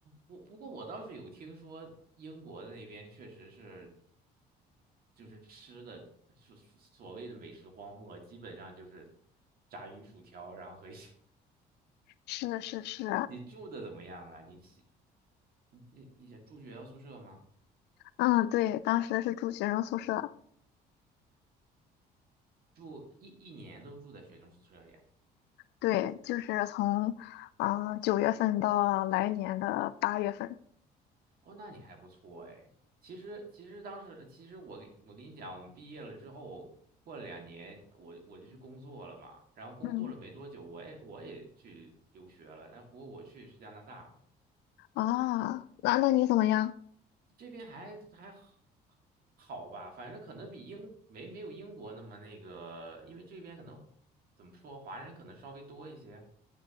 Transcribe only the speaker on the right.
不不过我倒是有听说英国的那边确实是，就是吃的所所所谓的美食荒漠，基本上就是炸鱼薯条，然后和一些。
<laughs> 你住的怎么样啊？你喜你你你想住学校宿舍吗？
住一一年都住在学生宿舍里啊？
哦，那你还不错哎。其实，其实当时，其实我跟我跟你讲，我们毕业了之后，过了两年，我我就去工作了嘛。然后工作了没多久，
我也我也去留学了。但不过我去的是加拿大，
这边还还好好吧，反正可能比英没没有英国那么那个，因为这边可能怎么说，华人可能稍微多一些。